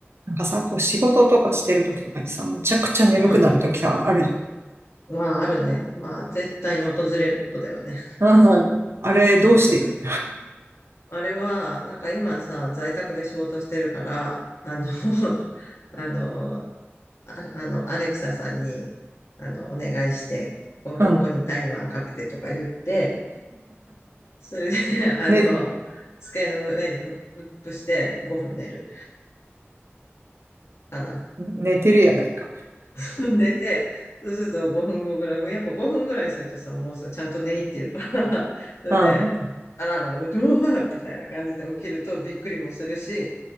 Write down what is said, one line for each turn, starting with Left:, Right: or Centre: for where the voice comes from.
Right: なんかさ、こう仕事とかしてる時とかにさ、むちゃくちゃ眠くなる時があるじゃん。
Left: うん。まあ、あるね。まあ、絶対に訪れることだよね。
Right: うん。あれ、どうしてる
Left: うん。あれは、なんか今さ、在宅で仕事してるから、あの、<laughs> あの、あ、あの、アレクサさんに、あの、お願いして、5分後にタイマーかけてとか言って、
Right: うん。
Left: それで、<laughs> あの、
Right: ね、
Left: 机の上にフップして5分寝るかな。
Right: 寝てるやないか。
Left: <laughs> 寝て、そうすると5分後ぐらい、もうやっぱ5分ぐらいするとさ、もうさ、ちゃんと寝入ってるから、<laughs> それで、
Right: うん。
Left: アラームが鳴ってうわーみたいな感じで起きるとびっくりもするし、